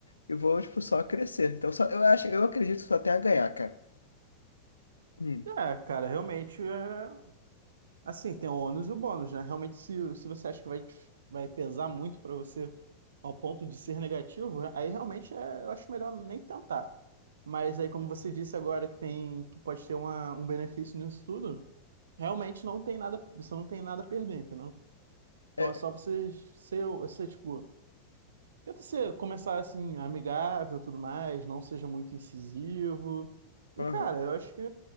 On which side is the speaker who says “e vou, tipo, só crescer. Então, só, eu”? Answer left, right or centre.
Left